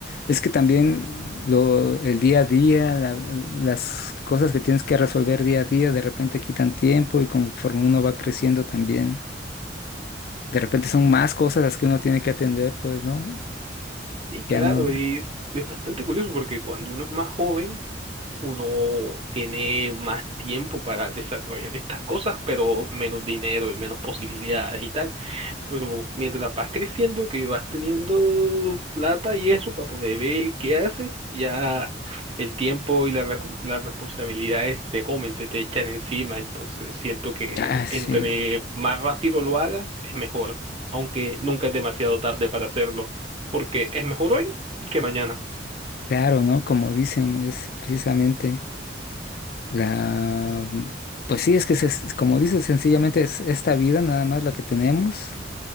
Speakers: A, on the left (about 55°); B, on the right (about 35°).
A: Es que también lo, el día a día, la- las cosas que tienes que resolver día a día, de repente quitan tiempo y conforme uno va creciendo también, de repente son más cosas las que uno tiene que atender, pues, ¿no?
B: Sí, claro,
A: Ya no...
B: es, es bastante curioso porque cuando uno es más joven, uno tiene más tiempo para desarrollar estas cosas, pero menos dinero y menos posibilidades y tal. Pero mientras vas creciendo, que vas teniendo plata y eso para poder ver qué haces, ya el tiempo y la recom- las responsabilidades te comen, se te echan encima. Entonces siento que
A: Ah, sí,
B: entre más rápido lo hagas, es mejor, aunque nunca es demasiado tarde para hacerlo porque es mejor hoy que mañana.
A: claro, ¿no? Como dicen, es precisamente la... Pues sí, es que, se- como dices, sencillamente es esta vida nada más la que tenemos